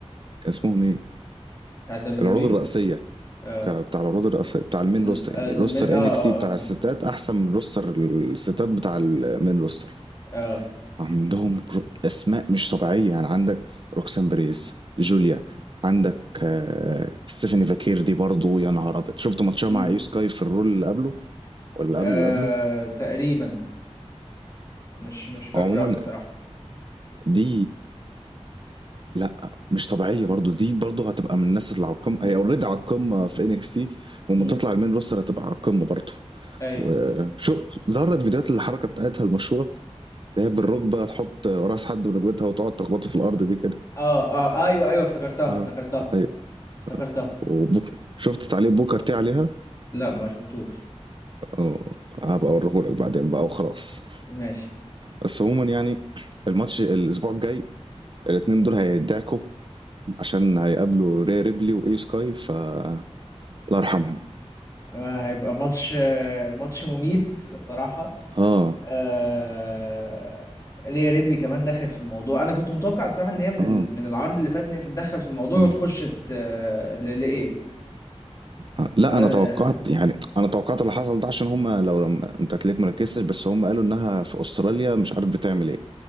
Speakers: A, on the right; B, on the left.
A: كان اسمهم ايه
B: بتاع الدبليو
A: العروض
B: دبليو
A: الرئيسية
B: بي اه
A: ك- بتاع العروض الرئيسية بتاع المين
B: ال-
A: روستر
B: المن
A: يعني روستر
B: اه اه
A: انكس سي بتاع
B: اه فهمتك
A: الستات احسن من روستر الستات بتاع المين روستر
B: اه
A: عندهم رو- اسماء مش طبيعيه يعني عندك روكسان بريس جوليا عندك آه، ستيفاني فاكير دي برضه يا نهار ابيض شفت ماتشها
B: امم
A: مع ايو سكاي في الرول اللي قبله ولا اللي
B: آه
A: قبل اللي قبله
B: تقريبا مش مش فاكره
A: عموما
B: قوي الصراحه
A: دي لا مش طبيعيه برضه دي برضه هتبقى من الناس اللي على القمه هي اوريدي على القمه في انكس تي وما
B: امم
A: تطلع المين روستر هتبقى على القمه برضه
B: ايوه
A: وشوف ظهر لك فيديوهات الحركه بتاعتها المشهوره اللي هي بالركبه تحط راس حد بركبتها وتقعد تخبطه في الارض دي كده
B: اه اه ايوه ايوه افتكرتها
A: اه
B: افتكرتها
A: ايوه
B: افتكرتها
A: وبوك... شفت تعليق بوكر تي عليها
B: لا ما شفتوش
A: اه هبقى اوريهولك بعدين بقى وخلاص
B: ماشي
A: بس عموما يعني الماتش الاسبوع الجاي الاتنين دول هيدعكوا عشان هيقابلوا ري ريبلي واي سكاي ف الله يرحمهم
B: آه، هيبقى ماتش آه، ماتش مميت الصراحه
A: اه
B: آه ريا ريبلي كمان دخلت في الموضوع انا كنت متوقع الصراحه ان هي من
A: اه
B: ال... من العرض اللي فات ان هي تتدخل في الموضوع
A: مم.
B: وتخش ت... آه، ل... لايو
A: آه. لا
B: ما...
A: انا توقعت يعني انا توقعت اللي حصل ده عشان هم لو لم... انت تلاقيك مركزتش بس هم قالوا انها في استراليا مش عارف بتعمل ايه